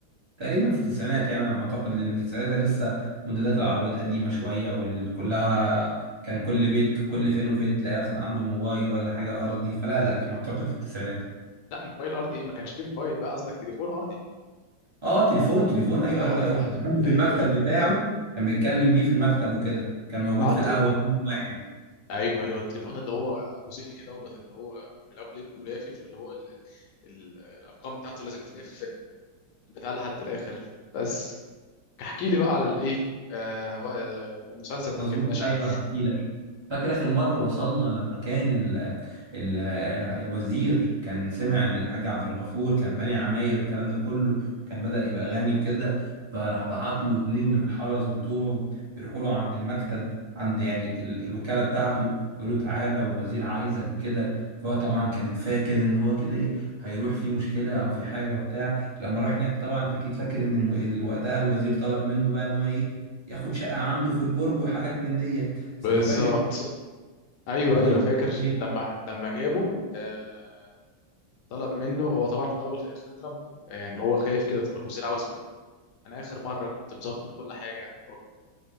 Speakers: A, on the right; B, on the left.
A: تقريبا في التسعينات يعني انا معتقد لان ساعتها لسه موديلات العربيات قديمه شويه وكلها كان كل بيت كل فين وفين تلاقي مثلا عنده موبايل ولا حاجه ارضي فلا لا كان معتقد في التسعينات
B: لا موبايل ارضي ايه ما كانش فيه موبايل بقى قصدك تليفون ارضي
A: اه تليفون تليفون ايوه
B: اه
A: ايوه ايوه كان
B: ايوه
A: عنده في
B: ايوه
A: المكتب
B: ايوه
A: بتاعه كان بيتكلم بيه في المكتب وكده كان موجود
B: قعدت
A: في القهوه يوم واحد
B: ايوه ايوه التليفون اللي هو ابو سلك كده دوت اللي هو ملفلف ولافف واللي هو ال... ال... الارقام بتاعته لازم تلف البتاع لحد الاخر بس احكي لي بقى على الايه آه بقى آه، مسلسل
A: مظبوط
B: ما اتكلمناش
A: ايوه
B: عليه
A: هحكي لك فاكر آخر مرة وصلنا لما كان ال ال الوزير كان سمع إن الحاج عبد الغفور كان باني عماير والكلام ده كله كان بدأ يبقى غني وكده فراح بعت له اتنين من الحرس بتوعه يروحوا له عند المكتب عند يعني ال الوكالة بتاعته يقول له تعالى والوزير عايزك وكده فهو طبعا كان فاكر إن هو كده إيه هيروح في مشكلة أو في حاجة وبتاع لما راح هناك طبعا أنت أكيد فاكر إن الم- ال- وقتها الوزير طلب منه بقى إن هو إيه ياخد شقة عنده في البرج وحاجات من دي بس
B: بالظبط
A: لو فاكر
B: ايوه
A: عبد
B: ايوه
A: الغفور
B: فاكر
A: الحموي
B: لما لما جابه آه طلب منه هو طبعا في الاول في الاخر اترب آه، يعني هو خايف كده طب الوزير عاوز مني انا اخر مره كنت مظبط كل حاجه